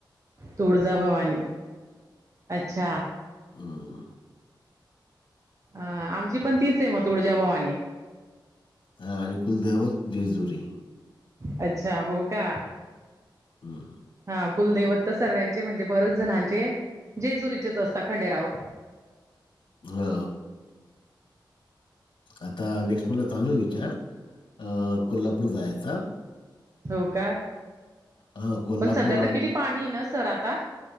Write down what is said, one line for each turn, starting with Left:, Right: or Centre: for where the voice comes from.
Right: तुळजाभवानी अच्छा.
Left: हम्म.
Right: अ आमची पण तीच आहे मग तुळजाभवानी.
Left: हा आणि कुलदैवत जेजुरी.
Right: अच्छा हो का?
Left: हं.
Right: हा. कुलदैवत सर्व्यांचे म्हणजे बरेच जणांचे जेजुरीचेच असतात खंडेराव.
Left: हो. आता नेक्स्ट मंथ चालू आहे विचार अ कोल्हापूर जायचा.
Right: हो का?
Left: हां, कोल्हापूर
Right: पण सध्या तर किती पाणी आहे ना सर आता.